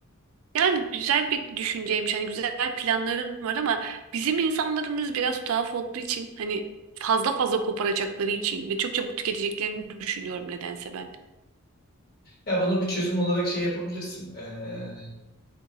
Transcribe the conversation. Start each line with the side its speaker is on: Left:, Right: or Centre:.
Right: Yani güzel bir düşünceymiş hani güzel planların var ama bizim insanlarımız biraz tuhaf olduğu için hani fazla fazla koparacakları için ve çok çabuk tüketeceklerini düşünüyorum nedense ben.
Left: Ya bunu bir çözüm olarak şey yapabilirsin. E,